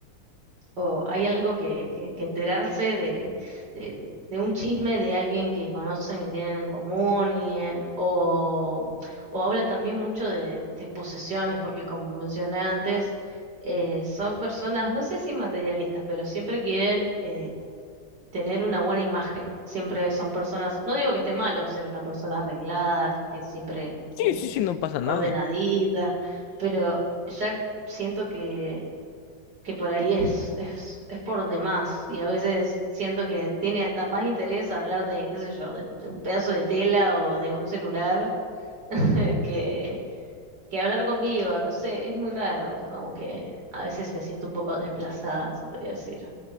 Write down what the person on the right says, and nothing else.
o hay algo que, que, que enterarse de, de, de- de un chisme de alguien que conocen, que tienen en común, y, eh, o, o habla también mucho de, de posesiones, porque como mencioné antes, eh, son personas, no sé si materialistas, pero siempre quieren eh, tener una buena imagen, siempre son personas, no digo que esté malo ser una persona arreglada, que esté siempre
eh,
ordenadita, pero ya siento que que por ahí es, es, es por demás y a veces siento que tiene hasta más interés hablar de, qué sé yo, de, de un pedazo de tela o de un celular <laughs> que, que hablar conmigo, no sé, es muy raro, es como que a veces me siento un poco desplazada, se podría decir.